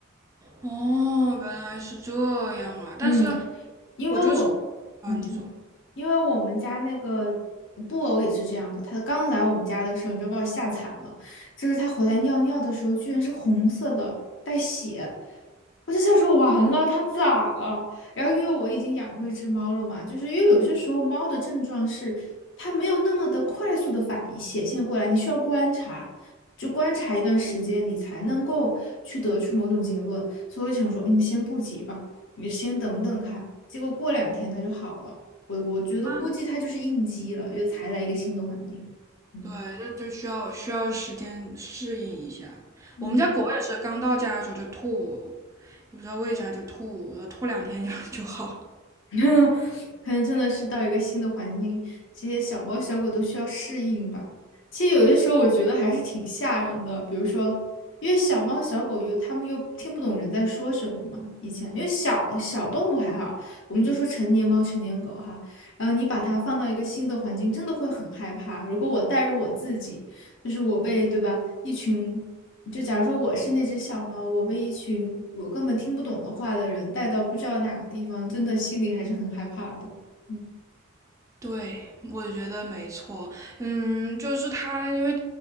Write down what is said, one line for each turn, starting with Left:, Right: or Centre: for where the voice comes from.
Right: 哦，原来是这样啊！但是
Left: 嗯，因为我，
Right: 我就是啊，
Left: 嗯，
Right: 你说
Left: 因为我们家那个布偶也是这样的，它刚来我们家的时候你就把我吓惨了，就是它回来尿尿的时候居然是红色的，带血，我就想说完了，它咋了？然后因为我已经养过一只猫了嘛，就是因为有些时候猫的症状是它没有那么的快速的反应显现过来，你需要观察。就观察一段时间，你才能够去得出某种结论，所以我想说，嗯，先不急吧。你先等等看。结果过两天他就好了，我我觉得估计他就是应激了，
Right: 啊，
Left: 因为才来一个新的环境。嗯。
Right: 对，就就需要需要时间适应一下。
Left: 嗯
Right: 我们家狗也是刚到家的时候就吐，也不知道为啥就吐，然后吐两天就 <laughs> 就好了。
Left: <laughs> 可能真的是到一个新的环境，这些小猫小狗都需要适应吧。其实有些时候我觉得还是挺吓人的，比如说，因为小猫小狗又它们又听不懂人在说什么嘛。以前因为小小动物还好，我们就说成年猫成年狗哈。然后你把它放到一个新的环境，真的会很害怕。如果我带入我自己，就是我被对吧一群就假如说我是那只小猫，我被一群我根本听不懂的话的人带到不知道哪个地方，真的心里还是很害怕的。嗯，
Right: 对，我觉得没错。嗯，就是它，因为